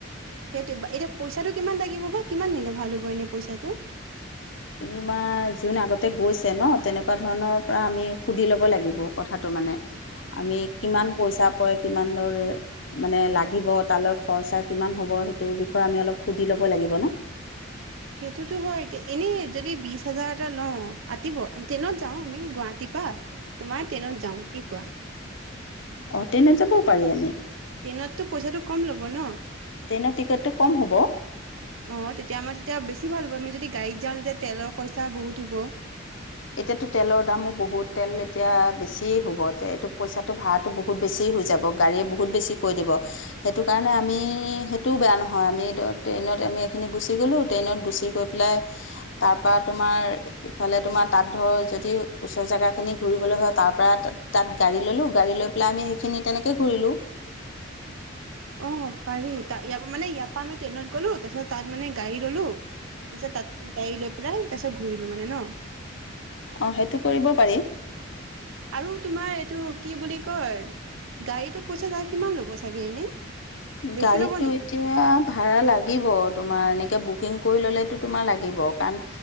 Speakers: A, on the right (about 80°); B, on the left (about 65°).
A: সেইটো এতিয়া পইচাটো কিমান লাগিব বা কিমান নিলে ভাল হ'ব এনে পইচাটো
B: তোমাৰ যোন আগতে গৈছে ন তেনেকুৱা ধৰণৰ পৰা আমি সুধি ল'ব লাগিব কথাটো মানে আমি
A: তেতিয়া
B: কিমান পইচা পৰে কিমান। মানে লাগিব তালৈ খৰচা কিমান হ'ব সেইটো বিষয়ে আমি অলপ সুধি ল'ব লাগিব ন <inaudible>
A: সেইটোতো হয় এতিয়া এনেই যদি বিশ হাজাৰ এটা লওঁ আতিব ট্ৰেইনত যাওঁ আমি গুৱাহাটী দিপা তোমাৰ ট্ৰেইনত যাওঁ কি কোৱা।
B: অহ টেনত যাবও পাৰি আমি
A: টেনতটো পইচাটো কম ল'ব ন
B: ট্ৰেইনৰ টিকেটটো কম হ'ব
A: অ তেতিয়া আমাৰ তেতিয়া বেছি ভাল হ'ব আমি যদি গাড়ীত যাওঁ তেতিয়া তেলৰ পইচা বহুত হ'ব
B: এতিয়াতো তেলৰ দামো বহুত তেল এতিয়া বেছিয়ে হ'ব এইটো পইচাটো ভা়তটো বহুত বেছি বহুত গাড়ী য়ে বহুত বেছি কৈ দিব সেইটো কাৰণে আমি সেইটো বেয়া নহয় আমি ত ট্ৰেইনত আমি এইখিনি গুচি গ'লোঁ ট্ৰেইনত গুচি গৈ পেলাই তাৰপৰা তোমাৰ ইফালে তোমাৰ তাত ধৰক যদি ওচৰ জেগাখিনি ঘূৰিবলৈ হয় তাৰ পৰা তাত তাত গাড়ী ল'লোঁ গাড়ী লৈ পেলাই আমি সেইখিনি তেনেকে ঘূৰিলো
A: অ পাৰি ত ইয় মেয়াৰ পৰা আমি ট্ৰেইনত গ'লো তাৰপিছত তাত মানে গাড়ী ললো তাৰপিছত তাত গাড়ী লৈ পেলাই তাৰপিছত ঘূৰিলো মানে ন
B: অঁ সেইটো কৰিব পাৰি
A: আৰু তোমাৰ এইটো কি বুলি কয়- গাড়ীতো পইচা যা কিমান ল'ব চাগে এনেই বেছি
B: গাড়ীতটো
A: ল'ব নেকি
B: এতিয়া
A: জোখতকে?
B: ভাড়া লাগিব তোমাৰ এনেকে বহুত বুকিং কৰি ল'লেতো তোমাৰ লাগিব কাৰণ